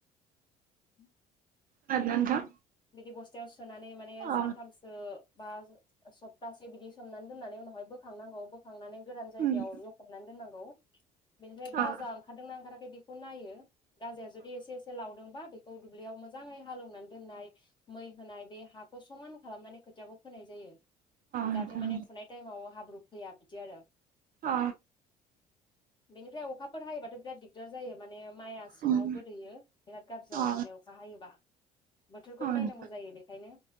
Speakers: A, on the left (about 20°); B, on the right (about 45°).
A: <unintelligible>
B: खोनादोना नोंथां
A: बिदि बस्थायाव सोनानै माने
B: अ ओम
A: सानथामसो
B: अ
A: बा सप्तासे बिदि सोमनानै दोननानै उनावहाय बोखांनांगौ बोखांनानै गोरान जायगायाव
B: नोंथां
A: लखब <unintelligible> दोननांगौ बेनिफ्राय
B: अ
A: गाजा ओंखारदोंना ओंखाराखै बेखौ नायो गाजाया जुदि एसे एसे लावदोंबा बे गौ दुब्लियाव मोजाङै हालेवनानै दोननाय मै होनाय बे हाखौ समान खालामनानै खोथियाखौ फोनाय जायो जाहाथे
B: नोंथां अ
A: माने फुनाय टाइमाव हाब्रु फैया बिदि आरो
B: अ
A: बेनिफ्राय अखाफोर हायोबाथ' बिराद दिगदार जायो माने माइआ सिङाव
B: ओम
A: गोदैयो बिराद गाज्रि
B: अ
A: जायो माने अखा हायोबा बोथोरखौबो
B: अ ओम
A: नायनांगौ जायो बेखायनो